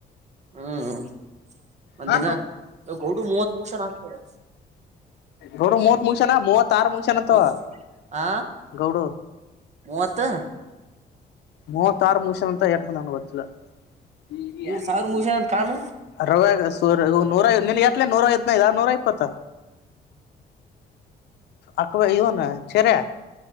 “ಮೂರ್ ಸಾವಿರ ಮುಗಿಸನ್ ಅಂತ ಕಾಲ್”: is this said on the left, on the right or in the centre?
Right